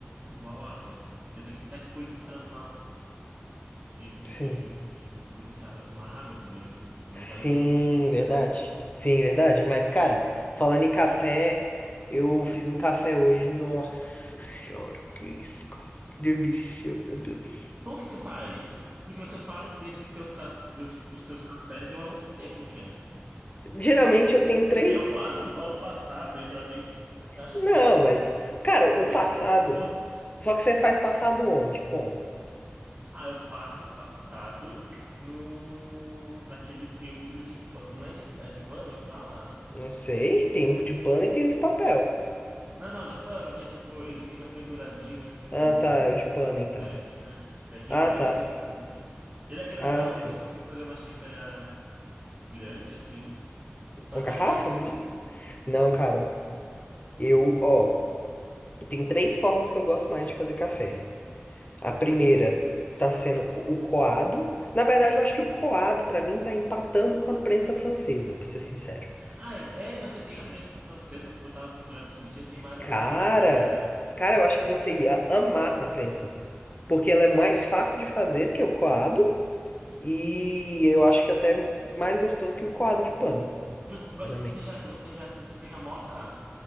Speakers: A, on the right; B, on the left.
A: igual água, assim. Eu tenho que até cuidar pra tomar, de, de,
B: Sim.
A: me, de me policiar pra tomar água também, assim, porque senão
B: Sim,
A: vai só café.
B: verdade. Sim, verdade. Mas, cara, falando em café, eu fiz um café hoje. Nossa senhora, que isso, cara. Que delícia, meu Deus.
A: Como que se faz? Porque você fala desses teus, ca- dos, dos teus cafés e eu não sei como que é.
B: Geralmente eu tenho três.
A: Porque eu faço só o passado e pra mim eu acho
B: Não,
A: bom.
B: mas. Cara,
A: Talvez
B: o passado.
A: seja o meu gosto.
B: Só que você faz passado onde? Como?
A: Ah, eu faço o passado no naquele filtro de pa- não é de, é de pano que fala?
B: Não sei. Tem um de pano e tem um de papel.
A: Não, não, de pano que é tipo ele fica penduradinho assim
B: Ah,
A: no,
B: tá, é o de pano,
A: no
B: então.
A: ferro, né? É aquele
B: Ah,
A: bem
B: tá.
A: simples. assim. Ele é grandão
B: Ah, sim.
A: porque eu consigo fazer uma xícara grande assim. Só
B: Uma
A: que
B: garrafa,
A: é esse.
B: você disse? Não, cara. Eu, ó, tem três formas que eu gosto mais de fazer café. A primeira tá sendo co- o coado. Na verdade, eu acho que o coado, pra mim, tá empatando com a prensa francesa, pra ser sincero.
A: Ah, é, é, você tem a prensa francesa, porque eu tava procurando esses dias, tem várias
B: Cara,
A: formas de fazer, né?
B: cara, eu acho que você ia amar na prensa. Porque ela é mais fácil de fazer do que o coado. E eu acho que até mais gostoso que o coado de pano,
A: Mas,
B: sinceramente.
A: mas você já, você já, você tem a moca